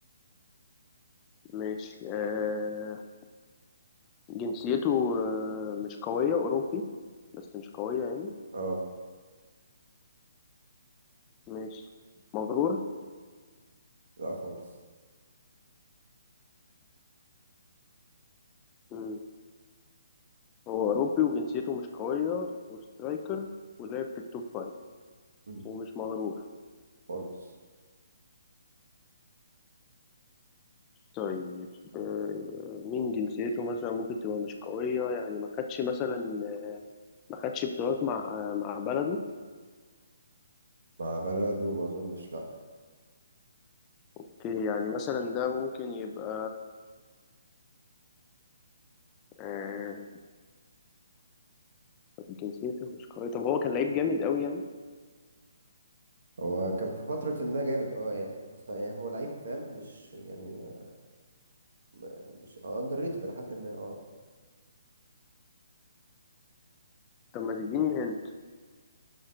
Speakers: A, on the left; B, on the right.
A: ماشي آه، جنسيته آه، مش قوية أوروبي بس مش قوية يعني
B: اه
A: ماشي مغرور
B: لا خالص
A: مم. هو أوروبي وجنسيته مش قوية وسترايكر ولعب في التوب فايف
B: مم.
A: ومش مغرور
B: خالص
A: طيب آه، مين جنسيته مثلا ممكن تبقى مش قوية يعني ما خدش مثلا آه، ما خدش بطولات مع آه، مع بلده
B: مع بلده ما اظنش لا
A: اوكي يعني مثلا ده ممكن يبقى آه، طب جنسيته مش قوية طب هو كان لعيب جامد قوي يعني
B: هو كان في فترة ما جامد اه يعني بس يعني هو لعيب فاهم مش يعني م- مش اندر ريتد لحد ما اه
A: طب ما تديني هنت